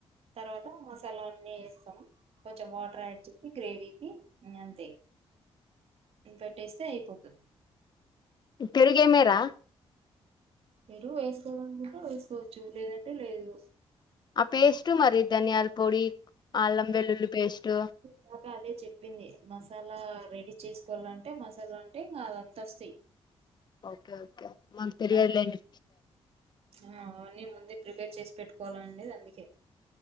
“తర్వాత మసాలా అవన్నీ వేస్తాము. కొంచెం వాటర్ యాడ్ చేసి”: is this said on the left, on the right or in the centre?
Right